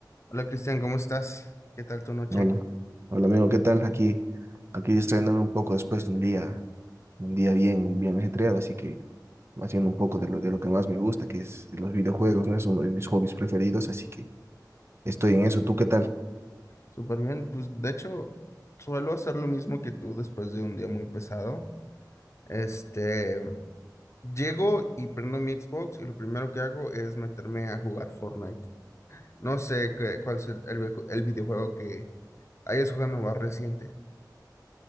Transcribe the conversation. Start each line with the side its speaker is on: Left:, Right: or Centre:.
Left: Hola Cristian, ¿cómo estás? ¿Qué tal tu noche?
Right: Hola, hola amigo, ¿qué tal? Aquí, aquí distrayéndome un poco después de un día, un día bien, bien ajetreado, así que haciendo un poco de lo, de lo que más me gusta, que es los videojuegos, ¿no? Es uno de mis hobbies preferidos, así que estoy en eso. ¿Tú qué tal?
Left: Súper bien, pues de hecho suelo hacer lo mismo que tú después de un día muy pesado. Este, llego y prendo mi Xbox y lo primero que hago es meterme a jugar Fortnite. No sé qué- cuál es el, el veju- el videojuego que hayas jugando más reciente.